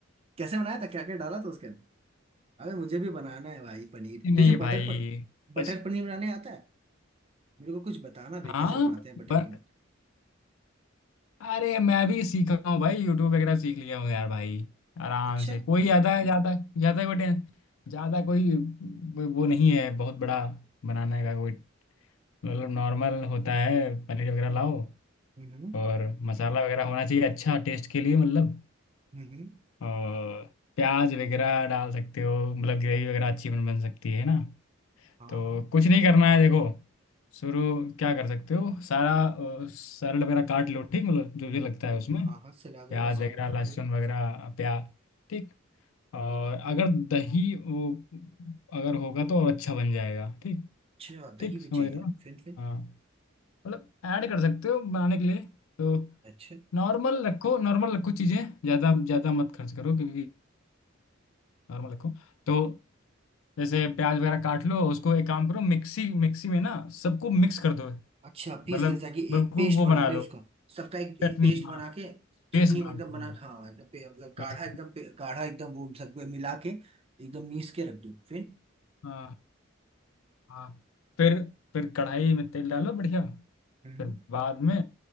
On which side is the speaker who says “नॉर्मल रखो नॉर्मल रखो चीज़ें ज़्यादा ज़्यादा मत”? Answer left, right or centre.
Left